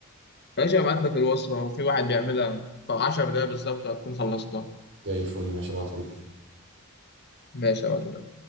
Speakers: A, on the left; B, on the right.
A: ماشي هبعت لك الوصفه في واحد بيعملها في 10 دقايق بالظبط هتكون خلصتها
B: زي الفل ماشي ابعته
A: ماشي هبعت